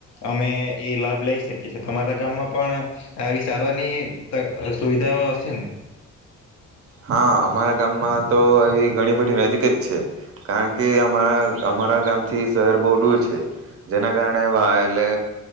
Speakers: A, on the left; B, on the right.
A: અમે એ લાભ લઈ શકીએ છે તમારા ગામમાં પણ આવી સારવારની સુવિધાઓ હશે ને
B: હા અમારા ગામમાં તો એ ઘણી બધી નજીક જ છે કારણ કે અમારા અમારા ગામથી શહેર બહુ દૂર છે જેના કારણે એટલે